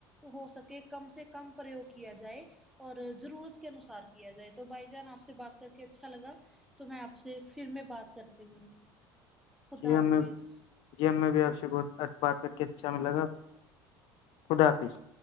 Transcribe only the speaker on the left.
جی
ہمیں یہ ہم میں بھی آپ سے بات کر کے اچھا میں لگا خدا حافظ